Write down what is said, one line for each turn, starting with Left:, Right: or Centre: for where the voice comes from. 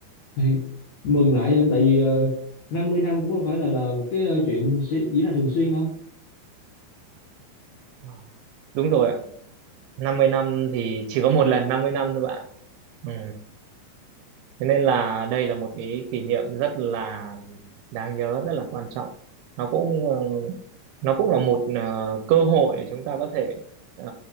Left: thì mừng lại không tại vì ờ, 50 năm cũng không phải là là một cái ờ, chuyện sẽ diễn ra thường xuyên đâu
Right: Wow. đúng rồi ạ năm mươi năm thì chỉ có một lần 50 năm thôi bạn ừ. Thế nên là đây là một cái kỷ niệm rất là đáng nhớ, rất là quan trọng. Nó cũng ờ, nó cũng là một ờ, cơ hội để chúng ta có thể ờ,